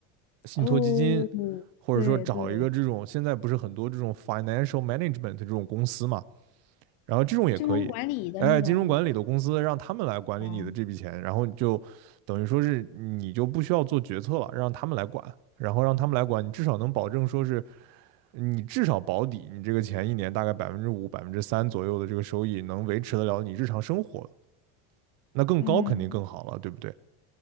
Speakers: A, on the right (about 65°); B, on the left (about 65°).
A: 信托基金，
B: 哦，
A: 或者说找一个这种现在不是很多这种
B: 对对，
A: financial management 这种公司嘛，然后这种也可以，
B: 金融管理的那种。
A: 哎，金融管理的公司让他们来管理你的这笔钱，
B: 嗯，
A: 然后你就等于说是你就不需要做决策了，让他们来管，然后让他们来管，你至少能保证说是你至少保底，你这个钱一年大概百分之五、百分之三左右的这个收益能维持得了你日常生活，那更高肯定更好了，
B: 嗯，
A: 对不对？